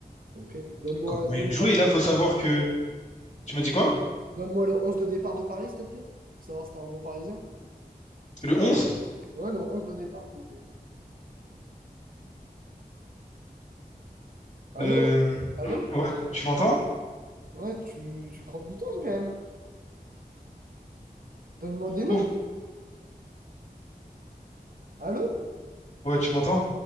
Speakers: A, on the right; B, on the left.
A: Ok. Donne-moi,
B: Comment il
A: donne-moi
B: jouait. Et là, faut savoir que. Tu m'as dit quoi?
A: Donne-moi le 11 de départ de Paris, s'il te plaît. Pour savoir si t'es un bon Parisien.
B: Le onze.
A: Ouais, le 11 de départ, s'il te plaît. Allô?
B: Euh,
A: Allô?
B: Ouais, tu m'entends?
A: Ouais, tu, tu prends du temps quand même. Donne-moi
B: Je
A: des
B: trouve.
A: noms. Allô?
B: Ouais, tu m'entends?